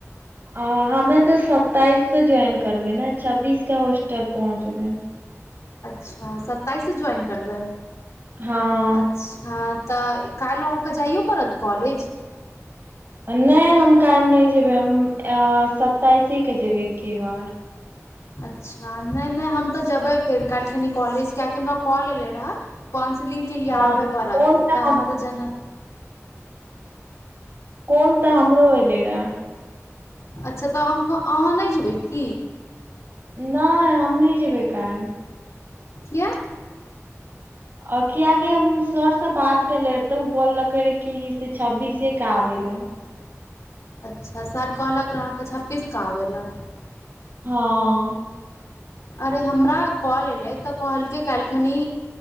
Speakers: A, on the right; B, on the left.
A: अ हमे त सत्ताइस से ज्वाइन करबै ने, छब्बीस के होस्टल पहुँचबै।
B: अच्छा सत्ताइस स ज्वाइन करबै,
A: हँ
B: अच्छा तऽ ए काल्हि अहाँके जाइय पड़त कॉलेज।
A: नहि हम काल्हि नहि जेबै, हम अं सत्ताइसे के जेबै एक्के बार।
B: अच्छा नहि-नहि हम त जबै फेर काल्हि खनि कॉलेज, कियाकि हमरा कॉल एलै रहए। काउन्सिलिंग के लिए
A: हँ
B: आबय पड़त,
A: कॉल
B: त तैं
A: हम
B: हमरा तऽ जेना
A: कोल तऽ हमरो एलै रैं।
B: अच्छा तऽ अहा-अहाँ नहि जेबै की?
A: नहि हम नहि जेबै काल्हि।
B: किया
A: औ कियाकि हम सर स बात भेलै रे, तऽ ओ बोललकै रहए कि से छब्बीसे के आबै लए।
B: अच्छा सर कहलक रहऽ अहाँ क छब्बीसके आबैला।
A: हँ।
B: अरे हमरा कॉल एलै, तऽ कहलकै काल्हि खनि